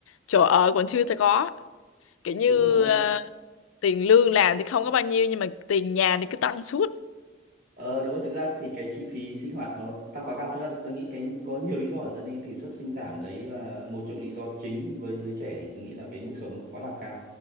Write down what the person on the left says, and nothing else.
Chỗ ở còn chưa có. Kiểu như
ờ, tiền lương làm thì không có bao nhiêu nhưng mà tiền nhà thì cứ tăng suốt